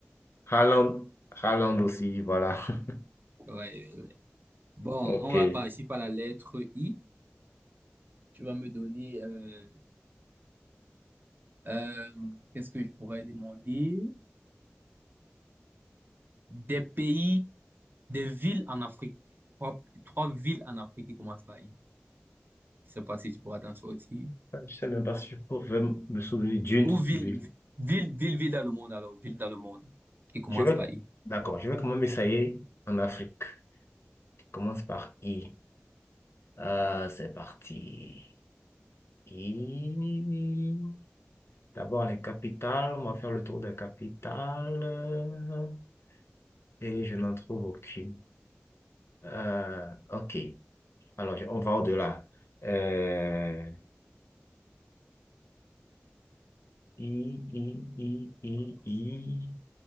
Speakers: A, on the left; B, on the right.
A: Haaland, Haaland aussi, voilà. <laughs>
B: Ouais, ouais, ouais. Bon,
A: Ok.
B: on va
A: Je
B: partir par la lettre I. Tu vas me donner. Euh, euh, qu'est-ce que je pourrais demander? Des pays, des villes en Afrique. Trois, trois villes en Afrique qui commencent par I. Je sais pas si tu pourras t'en sortir.
A: sais même pas si je pourrais me souvenir d'une
B: Ou ville,
A: ville.
B: ville, ville, ville dans le monde, alors, ville dans le monde, qui commence
A: Je vais,
B: par I.
A: d'accord, je vais quand même essayer en Afrique. Je commence par I. Euh, c'est parti. I. D'abord les capitales. On va faire le tour des capitales. Et je n'en trouve aucune. Euh, ok. Alors, je- on va au-delà. Euh, I, I, I, I, I.